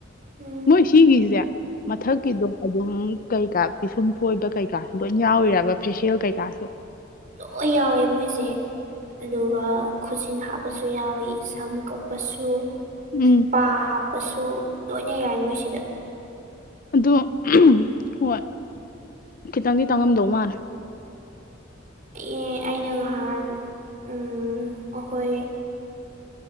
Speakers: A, on the right; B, on the left.
A: ꯎꯝ
B: ꯃꯣꯏ ꯁꯤꯒꯤꯁꯦ ꯃꯊꯛꯀꯤꯗꯣ ꯑꯗꯨꯝ ꯀꯩꯀꯥ ꯄꯤꯁꯨꯝ ꯐꯣꯏꯕ ꯀꯩꯀꯥꯁꯨ ꯂꯣꯏ ꯌꯥꯎꯏꯔꯕ ꯐꯦꯁꯤꯌꯦꯜ ꯀꯩꯀꯥꯁꯨ
A: ꯂꯣꯏ ꯌꯥꯎꯋꯦ ꯃꯣꯏꯁꯦ ꯑꯗꯨꯒ ꯈꯨꯖꯤꯟ ꯍꯥꯞꯄꯁꯨ ꯌꯥꯎꯏꯤ ꯁꯝ ꯀꯛꯄꯁꯨ
B: ꯎꯝ
A: ꯄꯥ ꯍꯥꯞꯄꯁꯨ ꯂꯣꯏꯅ ꯌꯥꯏ ꯃꯣꯏꯁꯤꯗ
B: ꯑꯗꯨ ꯍꯣꯏ ꯈꯤꯇꯪꯗꯤ ꯇꯥꯡꯉꯝꯗꯧ ꯃꯥꯜꯂꯦ
A: ꯑꯩ ꯑꯩꯅ ꯉꯍꯥꯟ ꯎꯝ ꯑꯩꯈꯣꯏ